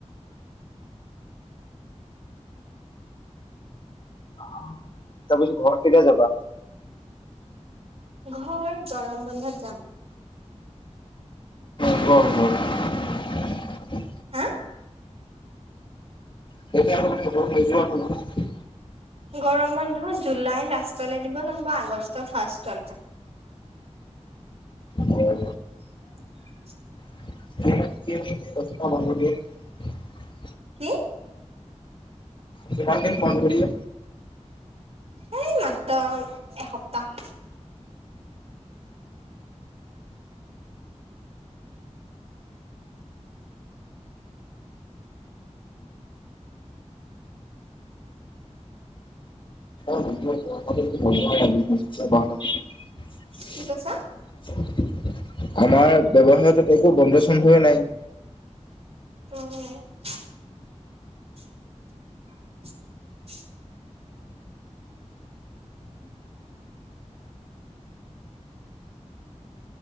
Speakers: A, on the left; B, on the right.
A: তাৰপিছত ঘৰত কেতিয়া যাবা?
B: ঘৰ, গৰম বন্ধত যাম।
A: ব ব <unintelligible>
B: হা?
A: তেতিয়া ল যোৱা ন <unintelligible>
B: গৰম বন্ধ জুলাই লাষ্টলে দিব নহ'বা আগষ্টৰ ফাৰ্ষ্ট <unintelligible> চালকে
A: হয়।
B: <inaudible>
A: মানুহ <unintelligible>
B: কি?
A: কিমান দিন বন্ধ বোলো?
B: এই, মাত্ৰ এসপ্তাহ।
A: <inaudible> আমাৰ ব্যৱসায়টোত
B: কি কৈছা?
A: একো বন্ধ-চনধয়ে নাই।
B: উম। <inaudible>